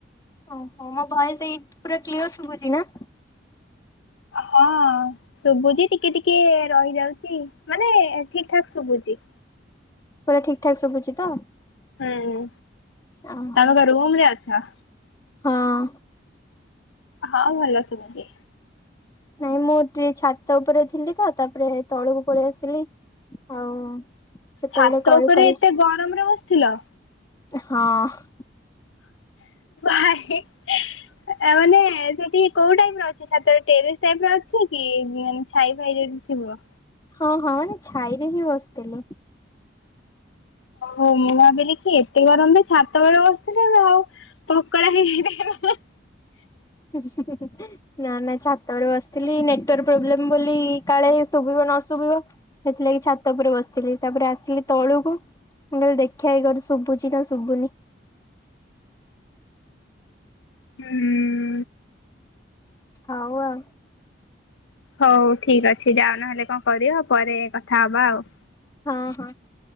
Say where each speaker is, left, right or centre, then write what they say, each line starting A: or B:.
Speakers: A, on the left; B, on the left.
A: ଓହୋ ମୋ ଭୟସ ଏଇ ପୁରା କ୍ଲିୟର୍ ଶୁଭୁଚି ନା।
B: ହଁ। ଶୁଭୁଚି ଟିକେ ଟିକେ ରହି ଯାଉଚି ମାନେ ଠିକ୍ ଠାକ୍ ଶୁଭୁଚି।
A: ପୁରା ଠିକ୍ ଠାକ୍ ଶୁଭୁଚି ତ।
B: ହୁଁ
A: ଓହୋ
B: ତମେ କଁ ରୁମରେ ଅଛ?
A: ହଁ।
B: ହଁ ଭଲ ଶୁଭୁଚି।
A: ନାଇଁ ମୁଁ ଏଇଠି ଟିକେ ଛାତ ଉପେରେ ଥିଲି ତ ତାପରେ ତଳକୁ ପଳେଇ ଆସିଲି ଆଉ ସେତେବେଳେ
B: ଛାତ
A: କଲ୍
B: ଉପେରେ
A: କଲ୍
B: ଏତେ ଗରମରେ ବସିଥିଲ।
A: ହଁ।
B: ହ ହେ ଆ ଆ ମାନେ ସେଠି କୋଉ ଟାଇପର ଅଛି ସାତେରେ ଟେରିସ୍ ଟାଇପର ଅଛି କି ଉଁ ମାନେ ଛାଇ ଫାଇ ଯଦି ଥିବ।
A: ହଁ ହଁ ନାଇଁ ଛାଇରେ ହିଁ ବସତିଲି।
B: ମୁଁ ମୁଁ ଭାବିଲି କି ଏତେ ଗରମରେ ଛାତ ଉପେରେ ବସିଥିଲେ ଆ ଆଉ ପକୋଡା ହେଇ ଦେ ହେଁ ହେଁ।
A: <unintelligible> ନା ନା ଛାତ ଉପେରେ ବସିଥିଲି ନେଟୱର୍କ ପ୍ରୋବ୍ଲେମ୍ ବୋଲି କାଳେ ଶୁଭିବ ନ ଶୁଭିବ। ସେଥିଲାଗି ଛାତ ଉପରେ ବସିଥିଲି ତାପରେ ଆସିଲି ତଳୁକୁ। ମୁଁ କହିଲି ଦେଖିଆ ଏଇ ଘରେ ଶୁଭୁଚି ନା ଶୁଭୁନି।
B: ହୁଁ।
A: ହଉ ଆଉ।
B: ହଉ ଠିକ୍ ଅଛି ଯାଅ ନହେଲେ କଁ କରିବ ପରେ କଥା ହବା ଆଉ।
A: ହଁ ହଁ।